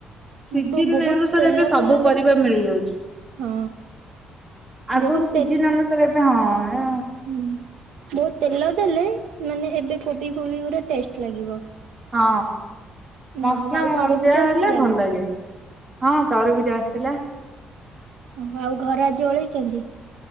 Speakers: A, on the right (about 20°); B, on the right (about 80°).
A: ସିଜିନ୍
B: ବ ବହୁତ
A: ଅନୁସାରେ
B: ତେଲ
A: ଏବେ ସବୁ
B: ଫେଲ
A: ପରିବା
B: ଦେଲେ
A: ମିଳିଯାଉଛି
B: ହଁ
A: ଆଗରୁ
B: ବହୁତ
A: ସିଜିନ୍
B: ତେଲ
A: ଅନୁସାରେ ଏବେ ହଁ
B: ହୁଁ ବହୁତ ତେଲ ଦେଲେ ମାନେ ଏବେ କୋବି ଫୋବି ପୁରା ଟେଷ୍ଟ୍ ଲାଗିବ।
A: ହଁ। ମସଲା
B: ନହେଲେ ଆଉ ତରଭୁଜ
A: ଦିଆହେଲେ
B: ଆସିଥିଲା
A: ଭଲ
B: ନା
A: ଲାଗେ ହଁ ତରବୁଜ ଆ ଥିଲା।
B: ଓ ଆଉ ଘର ଆଜି ଓଳେଇଚନ୍ତି।